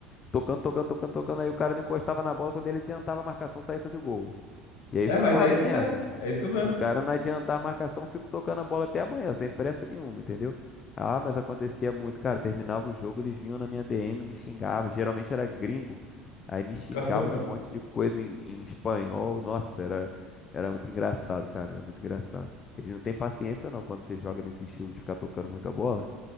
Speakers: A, on the left (about 35°); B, on the left (about 80°).
A: Tocando, tocando, tocando, tocando. Aí o cara não encostava na bola. Quando ele adiantava a marcação, saía e fazia o gol. E aí
B: É,
A: ficava
B: mas é isso
A: nessa.
B: mesmo. É isso mesmo.
A: Se o cara não adiantar a marcação, eu fico tocando a bola até amanhã, sem pressa nenhuma, entendeu? Ah, mas acontecia muito, cara. Terminava o jogo, eles vinham na minha DM, me xingavam. Geralmente era gringo. Aí me xingava
B: Calma.
A: de um monte de coisa em, em espanhol. Nossa, era, era muito engraçado, cara. Era muito engraçado. Eles não têm paciência, não, quando você joga nesse estilo de ficar tocando muito a bola.